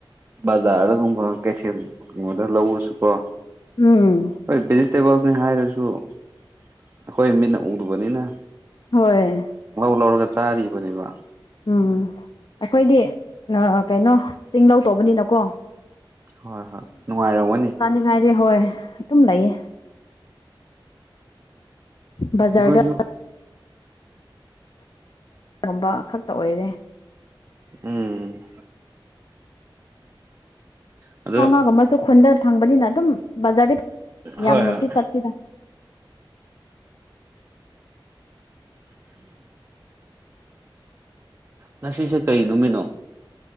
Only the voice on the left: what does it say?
ꯎꯝ
ꯍꯣꯏ
ꯎꯝ ꯑꯩꯈꯣꯏꯗꯤ ꯅꯥ ꯀꯩꯅꯣ ꯆꯤꯡ ꯂꯧ ꯇꯧꯕꯅꯤꯅꯀꯣ
ꯅꯤꯡꯉꯥꯏꯗꯤ ꯍꯣꯏ ꯑꯗꯨꯝ ꯂꯩꯌꯦ ꯕꯖꯥꯔꯗ
ꯒꯨꯝꯕ ꯈꯛꯇ ꯑꯣꯏꯔꯦ
ꯁꯥ ꯉꯥꯒꯨꯝꯕꯁꯨ ꯈꯨꯟꯗ ꯐꯪꯕꯅꯤꯅ ꯑꯗꯨꯝ ꯕꯖꯥꯔꯗꯤ
ꯌꯥꯝꯅꯗꯤ
ꯆꯠꯇꯦꯗ